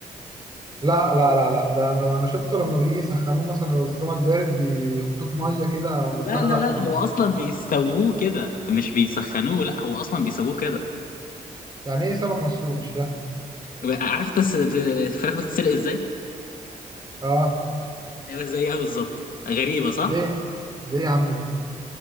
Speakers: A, on the right; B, on the left.
A: لا لا لا لا ده انا أنا شفته لما بيجي يسخنوه مثلا لو السمك بارد بيحطوه في ميه كده
B: لا
A: بس انا
B: لا
A: لا
B: لا لا،
A: آه.
B: هو اصلا بيستووه كده فمش بيسخنوه لا هو اصلا بيسووه كده
A: يعني ايه سمك مسلوق مش فاهم
B: عارف انت الس- الفراخ بتتسلق ازاي؟
A: اه
B: ايوه زيها بالظبط غريبه صح؟
A: ليه ليه يا عم ده